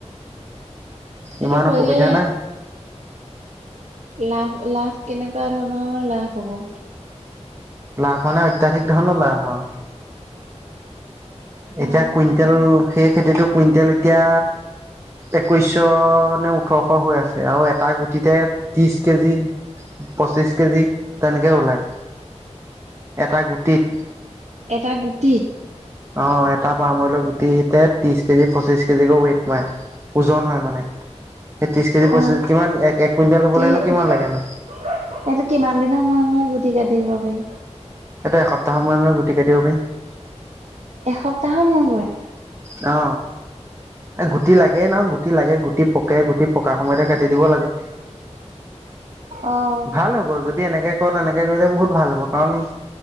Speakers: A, on the right; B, on the right.
A: সেইটো
B: ইমান অসুবিধা
A: কৰিলে
B: নাই
A: লাভ লাভ কেনেকুৱা ধৰণৰ লাভ হ'ব?
B: লাভ মানে অত্যাধিক ধৰণ লাভ আৱ। এতিয়া
A: অ'
B: কুইণ্টেল সেই খেতিতো কুইণ্টেল এতিয়া, একৈশ শ নে ওঠৰশ হৈ আছে আও এটা গুটিতে ত্ৰিশ কেজি, পঁচিশ কেজি তেনেকে ওলায় এটা গুটিত।
A: এটা গুটিত?
B: অ, এটা পাম অইল' গুটি তে ত্ৰিশ কেজি পঁচিশ কেজিকৈ ৱেইট মাই। ওজন হয় মানে। এ ত্ৰিশ কেজি পঁচিছ
A: অ',
B: কিমান এক এক কুইণ্টেল হবলৈনো
A: কি এইটো
B: কিমান লাগেনো
A: কিমান দিনৰ মুৰে মুৰে গুটি কাটিব পাৰি?
B: সেটো এসপ্তাহৰ মুৰে মুৰে গুটি কাটিব পাৰি।
A: এসপ্তাহ মুৰে মুৰে?
B: অ। এ গুটি লাগেই নহয় গুটি লাগে, গুটি পকে গুটি পকাৰ সময়তে কাটি দিব লাগে।
A: অ'।
B: ভাল হ'ব যদি এনেকে কৰ, তেনেকে কৰিলে বহুত ভাল হ'ব। কাৰণ